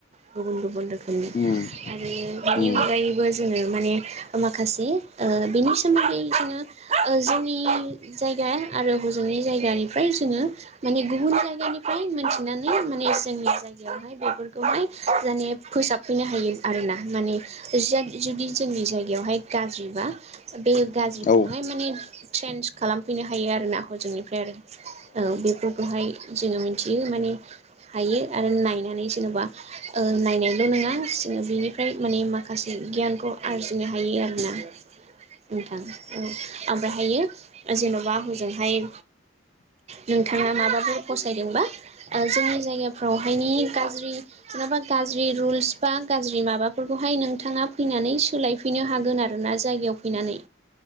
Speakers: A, on the right (about 35°); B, on the left (about 40°).
A: गुबुन गुबुन रोखोमनि
B: उम
A: आरो बेनि
B: उम
A: अनगायैबो जोङो माने माखासे ओ बिनि सोमोन्दै जोङो ओ जोंनि जायगा आरो हजोंनि जायगानिफ्राय जोङो माने गुबुन जायगानिफ्राय मोनथिनानै माने जोंनि जाय गायावहाय बेफोरखौहाय माने फोसाबफैनो हायो आरोना माने जाद जुदि जोंनि जायगायावहाय गाज्रिबा बेयो गाज्रिखौहाय
B: औ
A: माने ट्रेन्स खालामफैनो हायो आरोना हजोंनिफ्राय आरो औ बेफोरखौहाय जोङो मिनथियो माने हायो आरो नायनानै जेन'बा ओ नायनायल' नङा जोङो बिनिफ्राय माने माखासे गियानखौ आरजिनो हायो आरोना नोंथां औ ओमफ्रायहायो जेन'बा हजोंहाय नोंथाङा माबाफोर फसायदोंबा ओ जोंनि जायगाफ्रावहायनि गाज्रि जेन'बा गाज्रि रुल्स बा गाज्रि माबाफोरखौहाय नोंथाङा फैनानै सोलायफैनो हागोन आरोना जायगायाव फैनानै